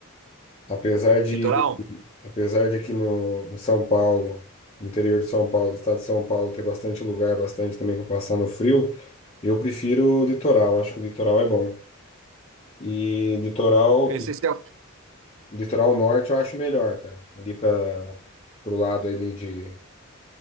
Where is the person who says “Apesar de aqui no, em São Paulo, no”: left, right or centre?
Left